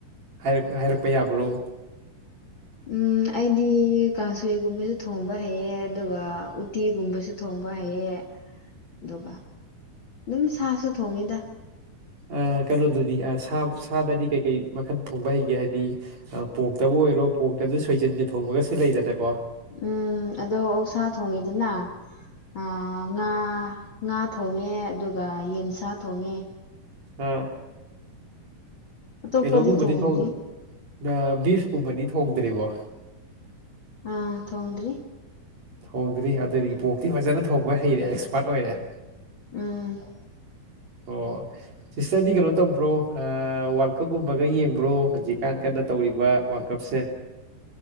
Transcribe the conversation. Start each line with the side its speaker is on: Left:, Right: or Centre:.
Right: ꯍꯥꯏꯔꯛ ꯍꯥꯏꯔꯛꯄ ꯌꯥꯕ꯭ꯔꯣ
Left: ꯎꯝ ꯑꯩꯗꯤ ꯀꯥꯡꯁꯣꯏꯒꯨꯝꯕꯁꯨ ꯊꯣꯡꯕ ꯍꯩꯌꯦ ꯑꯗꯨꯒ ꯎꯇꯤꯒꯨꯝꯕꯁꯨ ꯊꯣꯡ ꯕ ꯍꯩꯌꯦ ꯑꯗꯨꯒ ꯑꯗꯨꯝ ꯁꯥꯁꯨ ꯊꯣꯡꯉꯤꯗ
Right: ꯑ ꯀꯩꯅꯣꯗꯗꯤ ꯑ ꯁꯥ ꯁꯥꯗꯗꯤ ꯀꯩ ꯀꯩ ꯃꯈꯜ ꯊꯣꯡꯕ ꯍꯩꯒꯦ ꯍꯥꯏꯗꯤ ꯑ ꯄꯣꯔꯛꯇꯕꯨ ꯑꯣꯏꯔꯣ ꯄꯣꯔꯛꯇꯁꯨ ꯁꯣꯏꯖꯤꯟꯒ ꯊꯣꯡꯕꯒꯁꯨ ꯂꯩꯗꯅꯀꯣ
Left: ꯎꯝ ꯑꯗꯣ ꯑꫭꯛꯁꯥ ꯊꯣꯡꯉꯤꯗꯅ ꯑ ꯉꯥ ꯉꯥ ꯊꯣꯡꯉꯦ ꯑꯗꯨꯒ ꯌꯦꯟꯁꯥ ꯊꯣꯡꯉꯦ
Right: ꯑꯣ
Left: ꯑꯇꯣꯞꯄꯗꯤ
Right: ꯀꯩꯅꯣꯒꯨꯝꯕꯗꯤ
Left: ꯊꯣꯡꯗ꯭ꯔꯤ
Right: ꯊꫭꯡꯗ꯭ꯔꫭ ꯑ ꯕꯤꯐꯀꯨꯝꯕꯗꯤ ꯊꯣꯡꯗ꯭ꯔꯤꯕꯣ
Left: ꯑ ꯊꫭꯡꯗ꯭ꯔꯤ
Right: ꯊꯣꯡꯗ꯭ꯔꯤ ꯑꯗꯨꯗꯤ ꯄꯣꯔꯛꯇꯤ ꯐꯖꯅ ꯊꯣꯡꯕ ꯍꯩꯔꯦ ꯑꯦꯛꯁꯄꯥꯔꯠ ꯑꯣꯏꯔꯦ
Left: ꯎꯝ
Right: ꯑꯣ ꯁꯤꯁꯇꯔꯗꯤ ꯀꯩꯅꯣ ꯇꯧꯕ꯭ꯔꯣ ꯋꯥꯔꯜꯗ ꯀꯞꯀꯨꯝꯕꯒ ꯌꯦꯡꯕ꯭ꯔꯣ ꯍꯧꯖꯤꯛ ꯀꯥꯟ ꯀꯟꯅ ꯇꯧꯔꯤꯕ ꯋꯥꯔꯜ ꯀꯞꯁꯦ